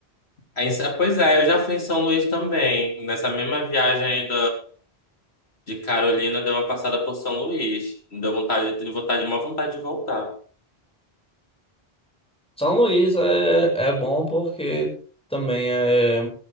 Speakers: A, on the left; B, in the centre.
A: Aí, sa- pois é, eu já fui em São Luís também. Nessa mesma viagem aí De Carolina deu uma passada por São Luís. Me Deu vontade, tenho vontade, uma vontade de voltar.
B: São Luís é, é bom porque também é.